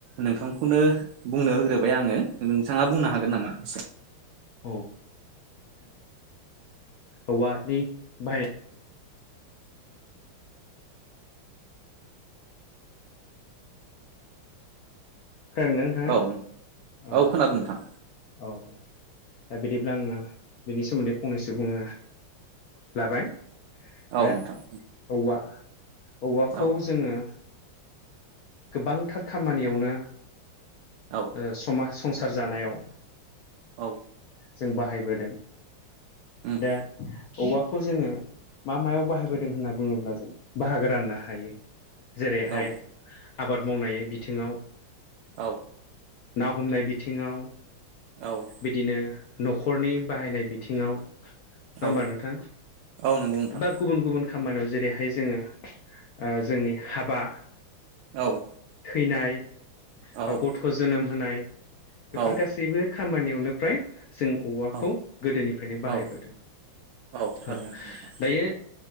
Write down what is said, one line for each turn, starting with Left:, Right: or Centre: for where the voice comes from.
Right: नोंथांखौनो बुंनो होग्रोबाय आङो नोंथाङा बुंनो हागोन नामा एसे।
Left: औ औवानि बाहायनाय। खोनादों ना नोंथाङा
Right: औ
Left: औ
Right: खोनादों
Left: औ।
Right: नोंथां
Left: औ औ दा बिदिब्ला आङो बेनि सोमोन्दै फंनैसो बुंनो। लाबाय।
Right: औ
Left: दा
Right: नोंथां।
Left: औवा औवाखौ
Right: औ
Left: जोङो। गोबांथार खामानियावनो।
Right: औ
Left: ओ‌ समाज संसार जानायाव
Right: औ
Left: जों बाहायबोदों
Right: उम
Left: दा औवाखौ जोङो मा मायाव बाहायबोदों होनना बुङोब्ला जों बाहागो राननो हायो जेरैहाय
Right: औ
Left: आबाद मावनाय बिथिंआव
Right: औ
Left: ना हमनाय बिथिंआव
Right: औ
Left: बिदिनो न'खरनि बाहायनाय बिथिंआव नङा होमबा
Right: औ
Left: नोंथां
Right: औ नंगौ नोंथां
Left: बात गुबुन गुबुन खामानिआव जेरैहाय जोङो ओ जोंनि हाबा
Right: औ
Left: थैनाय
Right: औ
Left: ओ गथ' जोनोम होनाय बेफोर
Right: औ
Left: गासैबो खामानिआवनो फ्राय जों औवाखौ
Right: औ
Left: गोदोनिफ्रायनो
Right: औ
Left: बाहायबोदों
Right: औ थारैनो
Left: ओह
Right: नोंथां
Left: दायो